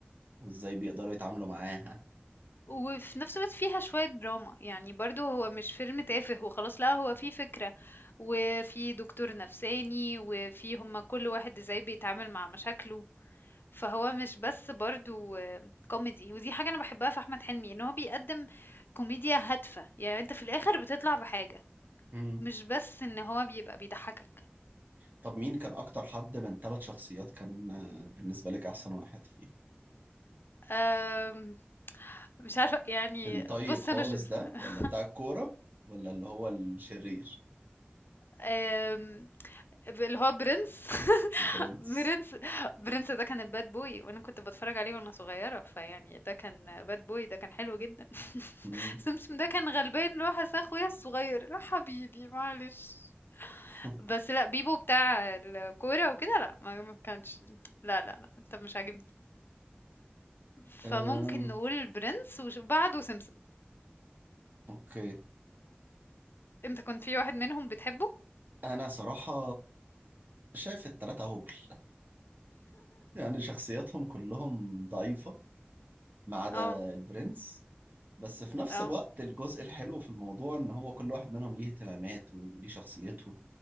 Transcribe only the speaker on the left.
وفي نفس الوقت فيها شوية دراما يعني برضو هو مش فيلم تافه وخلاص لا هو فيه فكرة وفي دكتور نفساني وفي هما كل واحد ازاي بيتعامل مع مشاكله فهو مش بس برضو آه، كوميدي ودي حاجة انا بحبها في احمد حلمي ان هو بيقدم كوميديا هادفة يعني انت في الاخر بتطلع بحاجة
مش بس ان هو بيبقى بيضحكك
آم، مش عارفة يعني
بص
انا ش...
<laughs>
آم، اللي هو برنس <laughs>
برنس برنس ده كان الباد بوي وانا كنت بتفرج عليه وانا صغيرة فيعني ده كان باد بوي ده كان حلو جدا <laughs>
سمسم ده كان غلبان اللي هو حس اخويا الصغير لا حبيبي معلش
بس لا بيبو بتاع الكورة وكده لا ما ما كانش لا لا لا انت مش عاجبني فممكن
نقول برنس وبعده سمسم
انت كنت في واحد منهم بتحبه
اه
اه